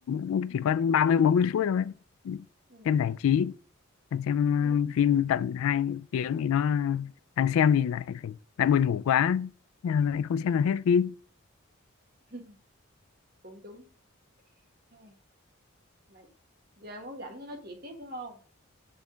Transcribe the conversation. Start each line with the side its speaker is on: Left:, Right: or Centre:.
Left: cũng chỉ có ba mươi bốn mươi phút thôi.
Right: ừ
Left: Xem giải trí, còn xem
Right: ừ
Left: ờ, phim tận hai tiếng thì nó đang xem thì lại phải lại buồn ngủ quá. Nên là lại không xem
Right: ừ
Left: được hết phim.
Right: <laughs> cũng đúng hey, mày giờ muốn rảnh nó nói chuyện tiếp đúng không